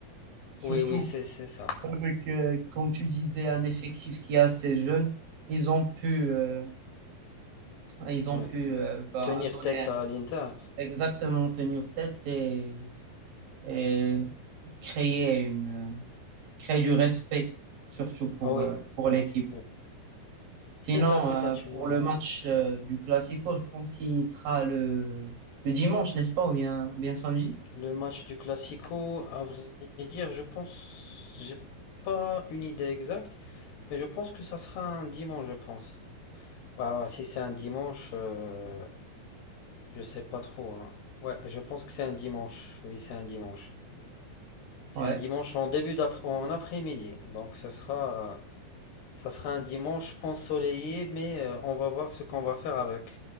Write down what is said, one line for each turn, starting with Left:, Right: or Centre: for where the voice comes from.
Right: Surtout
Left: Oui, oui, c'est c'est ça.
Right: avec, euh, comme tu disais, un effectif qui est assez jeune. Ils ont pu, euh, ils ont
Left: Oui.
Right: pu euh, bah,
Left: Tenir
Right: donner
Left: tête à l'Inter.
Right: exactement tenir tête et, et créer une, créer du respect, surtout pour,
Left: Ah oui,
Right: euh, pour
Left: oui,
Right: l'équipe.
Left: oui.
Right: Sinon,
Left: C'est ça, c'est
Right: euh,
Left: ça, tu
Right: pour
Left: vois.
Right: le
Left: ouais.
Right: match euh, du Classico, je pense qu'il sera le, le dimanche, n'est-ce pas, ou bien, ou bien samedi?
Left: Le match du Classico, à vrai dire, je pense, j'ai pas une idée exacte, mais je pense que ça sera un dimanche, je pense. Ouais, ouais, si c'est un dimanche, euh, je sais pas trop, hein. Ouais, je pense que c'est un dimanche. Oui, c'est un dimanche. C'est
Right: Ouais.
Left: un dimanche en début d'après, en après-midi. Donc, ça sera, euh, ça sera un dimanche ensoleillé, mais euh, on va voir ce qu'on va faire avec.